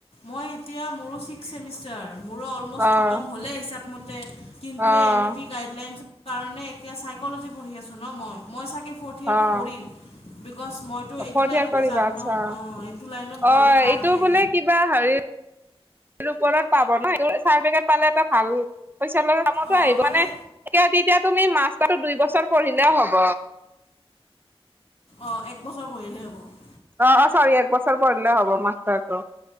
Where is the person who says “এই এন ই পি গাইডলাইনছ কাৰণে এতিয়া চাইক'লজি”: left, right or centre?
Left